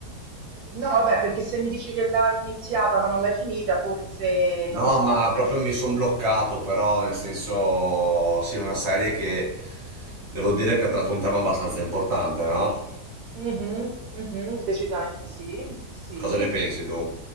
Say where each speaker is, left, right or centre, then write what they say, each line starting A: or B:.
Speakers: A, on the right; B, on the right.
A: No, vabbè, perché se mi dici che l'hai iniziata ma non l'hai finita, forse
B: No,
A: non lo so,
B: ma
A: non l'hai
B: proprio
A: finita.
B: mi sono bloccato, però nel senso, sì, una serie che devo dire che ha tratto un tema abbastanza importante, no?
A: Mhm, mhm, decisamente sì, sì.
B: Cosa ne pensi tu?